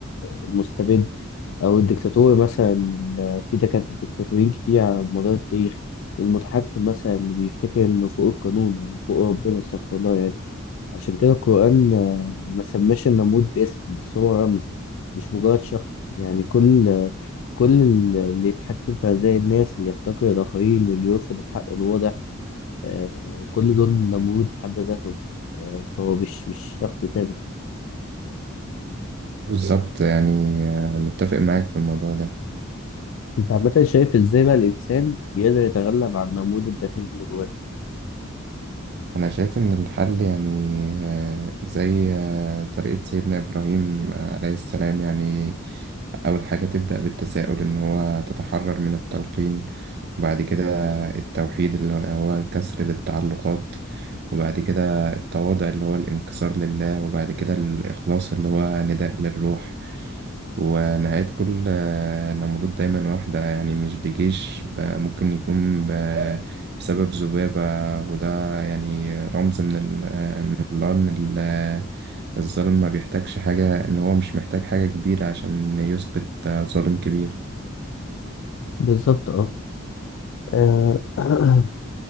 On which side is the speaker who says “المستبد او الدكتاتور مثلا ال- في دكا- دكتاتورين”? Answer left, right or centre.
Left